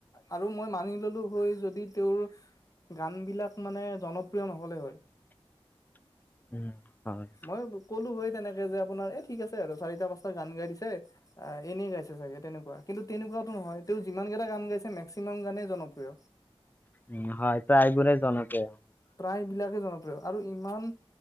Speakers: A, on the left (about 35°); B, on the left (about 20°).
A: আৰু মই মানি ললো হৈ যদি তেওঁৰ গান বিলাক মানে জনপ্ৰিয় নহলে হয়।
B: উম। হয়
A: মই ক'লো হয় তেনেকে যে আপোনাৰ এই ঠিক আছে আৰু চাৰিটা পাঁচটা গান গাই দিছে, এনেই গাইছে চাগে তেনেকুৱা কিন্তু তেনেকুৱা নহয় তেওঁ যিমান কেইটা গান গাইছে, মেক্সিমাম গানেই জনপ্ৰিয়।
B: উম, হয় প্ৰায়বোৰে জনপ্ৰিয়।
A: প্ৰায়বিলাকেই জনপ্ৰিয় আৰু ইমান